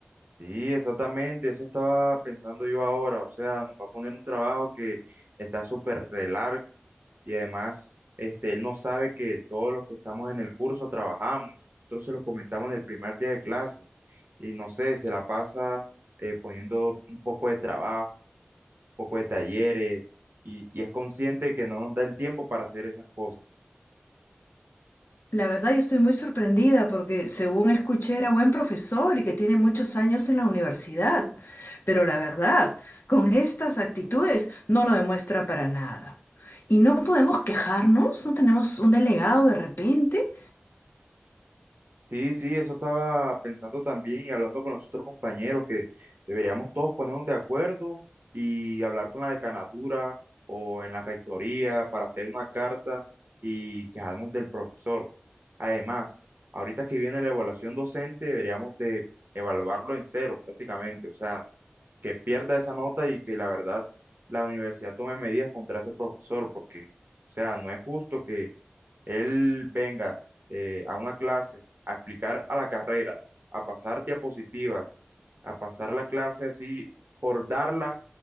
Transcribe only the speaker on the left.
La verdad, yo estoy muy sorprendida porque según escuché era buen profesor y que tiene muchos años en la universidad, pero la verdad, con estas actitudes no lo demuestra para nada. ¿Y no podemos quejarnos? ¿No tenemos un delegado de repente?